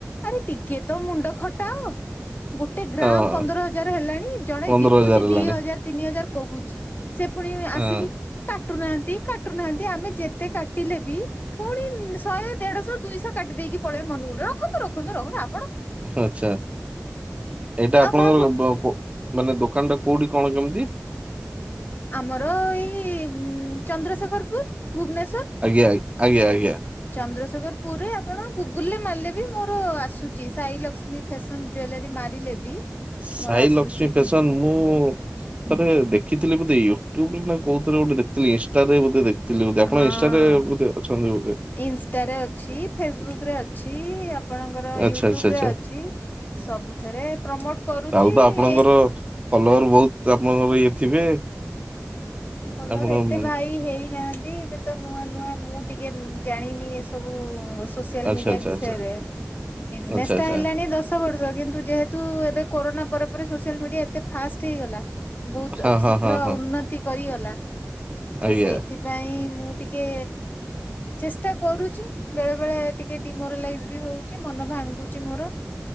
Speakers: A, on the left; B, on the right.
A: ଆରେ ଟିକେ ତ ମୁଣ୍ଡ ଖଟାଅ। ଗୋଟେ ଗ୍ରାମ
B: ହଁ
A: ପନ୍ଦର ହଜାର ହେଲାଣି ଜଣେ
B: ପନ୍ଦର
A: ବିକୁଛି
B: ହଜାର ହେଲାଣି
A: ଦି ହଜାର ତିନି ହଜାର କହୁଛି ସେ ପୁଣି ଆସିକି
B: ହଁ
A: କାଟୁନାହାନ୍ତି କାଟୁନାହାନ୍ତ ଆମେ ଯେତେ କାଟିଲେ ବି ପୁଣି ଶହେ ଦେଢଶହ ଦୁଇଶହ କାଟି ଦେଇକି ପଳେଇବେ ମନ ମନ ରଖୁନ୍ତୁ। ରଖନ୍ତୁ ରଖନ୍ତୁ ଆ
B: ଆଛା ଏବେ
A: ଆଉ
B: ଆପଣଙ୍କର
A: ଭାବୁ
B: ବକ ମାନେ ଦୋକାନଟା କୋଉଠି କଣ କେମିତି?
A: ଆମର ଏଇ ଚନ୍ଦ୍ରଶେଖରପୁର। ଭୁବନେଶ୍ଵର
B: ଆଜ୍ଞା ଆଜ୍ଞା ଆଜ୍ଞା
A: ଚନ୍ଦ୍ରଶେ ଖରପୁରରେ ଆପଣ ଗୁଗୁଲରେ ମାରିଲେ ବି ମୋର ଆସୁଛି ସାଇଲକ୍ଷ୍ମୀ ଫ୍ୟାସନ୍ ଜୁଏଲାରୀ ମାରିଲେ ବି
B: ସାଇଲକ୍ଷ୍ମୀ
A: ମୋର ଆସୁଛି
B: ଫ୍ୟାସନ ମୁଁ ଥରେ ଦେଖିଥିଲି ବୋଧେ ୟୁ ଟ୍ୟୁବ୍ ନା କଉଥିରେ ଗୋଟେ ଦେଖଥିଲି ଇନଷ୍ଟାରେ ବୋଧେ ଦେଖି ଥିଲି ବୋଧେ ଆପଣ
A: ହଁ
B: ଇନଷ୍ଟାରେ ବୋଧେ ଅଛନ୍ତି ବୋଧେ?
A: ଇନଷ୍ଟାରେ ଅଛି ଫେସବୁକ ରେ ଅଛି ଆପଣଙ୍କର
B: ଆଚ୍ଛା
A: ୟୁଟ୍ୟୁବ
B: ଆଚ୍ଛା ଆଚ୍ଛା
A: ରେ ଅଛି। ସବୁଥିରେ ପ୍ରମୋଟ କରୁଛି
B: ତାହେଲେ ତ ଆପଣଙ୍କର
A: ଏଇ
B: ଫଲୋଅର ବହୁତ ଆପଣଙ୍କର ଇଏ ଥିବେ।
A: ଭଲରେ
B: ଆପଣ
A: ଏତେ
B: ଉଁ,
A: ଭାଇ ହେଇନାହାନ୍ତି ଏବେ ତ ନୂଆ ନୂଆ ମୁଁ ଟିକେ ଜାଣିନି ଏସବୁ ସୋସିଆଲ
B: ଆଚ୍ଛା
A: ମିଡିଆ
B: ଆଚ୍ଛା
A: ବିଷୟରେ।
B: ଆଚ୍ଛା
A: ବିଜନେସଟା
B: ଆଚ୍ଛା ଆଚ୍ଛା
A: ହେଲାଣି ଦଶବର୍ଷ କିନ୍ତୁ ଯେହେତୁ ଏବେ କରୋନା ପରେ ପରେ ସୋସିଆଲ ମିଡିଆ ଏତେ ଫାଷ୍ଟ ହୋଇଗଲା ବହୁତ
B: ହଁ ହଁ
A: ଶୀଘ୍ର
B: ହଁ ହଁ
A: ଉନ୍ନତି କରିଗଲା। ତ
B: ଆଜ୍ଞା
A: ସେଇଥିପାଇଁ ମୁଁ ଟିକେ ଚେଷ୍ଟା କରୁଛି ବେଳେବେଳେ ଟିକେ ଡିମୋରାଲାଇଜ ବି ହଉଛି ମ ମନ ଭାଙ୍ଗୁଚି ମୋର